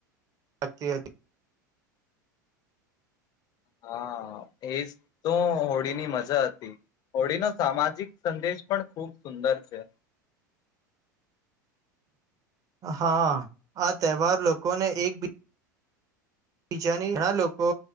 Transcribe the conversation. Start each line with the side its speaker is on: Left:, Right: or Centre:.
Right: તી હતી.
Left: હા એજ તો હોળીની મજા હતી, હોળીનો સામાજિક સંદેશ પણ ખુબ સુંદર છે.
Right: હા, આ તહેવાર લોકોને એક બી બીજાની ઘણા લોકો